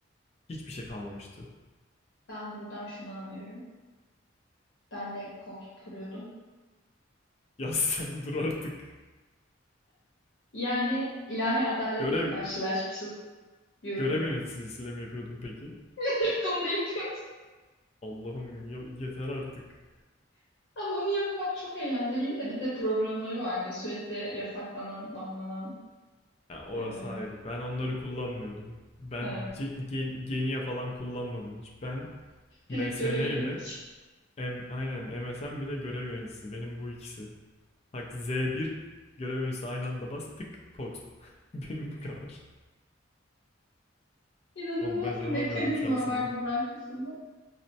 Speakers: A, on the left; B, on the left.
A: Hiçbir şey kalmamıştı. <laughs>
B: Ben buradan şunu anlıyorum. Ben de koks kuruyordum.
A: Ya sen dur artık.
B: Yani ilahi adaletle
A: Görev
B: karşılaşmışız diyorum.
A: görev yöneticisiyle mi yapıyordun peki?
B: <laughs> Bunu da yapıyorum.
A: Allah'ım yeter artık.
B: Ama onu yapmak çok eğlenceliydi de bir de programları vardı. Sürekli yasaklanan, banlanan,
A: Ya orası
B: eee
A: ayrı. Ben onları kullanmıyordum. Ben
B: ha,
A: C- Gen- Genia falan kullanmadım hiç. Ben MSN
B: direkt görev yönetici.
A: ile M aynen MSN bir de görev yöneticisi. Benim bu ikisi. Bak Z1 görev yöneticisi aynı anda bas tık Cox. <laughs> Benim bu kadar.
B: İnanılmaz
A: Oğlum ben inanamıyorum
B: bir mekanizma
A: şu an sana.
B: var bunun arkasında.